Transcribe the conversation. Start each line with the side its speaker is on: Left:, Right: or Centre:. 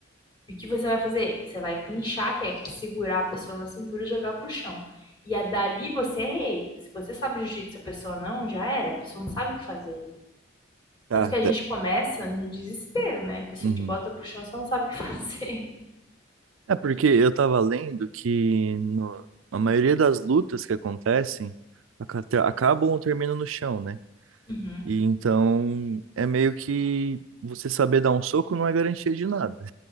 Left: E o que você vai fazer? Você vai clinchar, que é segurar a pessoa na cintura e jogar pro chão. E a dali você é rei. Se você sabe jiu-jitsu, a pessoa não, já era. A pessoa não sabe o que fazer ali.
Right: Tá,
Left: Tanto que a
Right: da-
Left: gente começa no desespero, né? A pessoa
Right: uhum.
Left: te bota pro chão, você não sabe o que <laughs> fazer.
Right: É porque eu tava lendo que no- a maioria das lutas que acontecem aca- te- acabam ou terminam no chão, né?
Left: Uhum,
Right: E então é meio que você saber dar um soco não é garantia de nada.